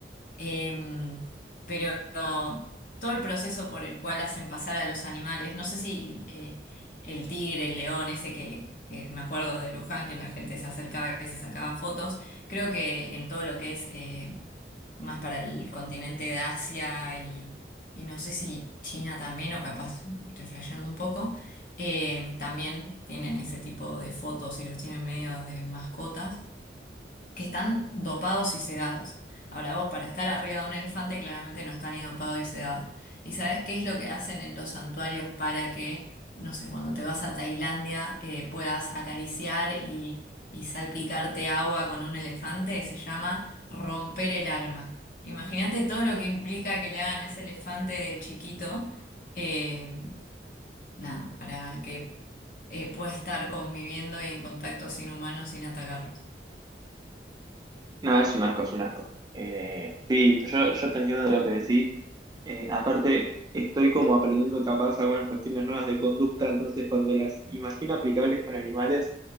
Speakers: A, on the left (about 50°); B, on the right (about 25°).
A: Em, pero todo el proceso por el cual hacen pasar a los animales, no sé si eh, el tigre, el león, ese que, que me acuerdo de Luján, que la gente se acercaba y se sacaba fotos, creo que en todo lo que es eh, más para el continente de Asia y, y no sé si China también, o capaz estoy flasheando un poco, eh, también tienen ese tipo de fotos y los tienen medio de mascotas que están dopados y sedados. Ahora vos, para estar arriba de un elefante, claramente no está ni dopado y sedado. ¿Y sabés qué es lo que hacen en los santuarios para que, no sé, cuando te vas a Tailandia eh, puedas acariciar y, y salpicarte agua con un elefante? Se llama romper el alma. Imagínate todo lo que implica que le hagan a ese elefante de chiquito, eh, nada, para que eh, pueda estar conviviendo y en contacto sin humanos sin atacarlos.
B: No, es un asco, es un asco. Eh, sí, yo, yo te entiendo de lo que decís. Eh, aparte, estoy como aprendiendo capaz algunas cuestiones nuevas de conducta, entonces cuando las imagino aplicables para animales,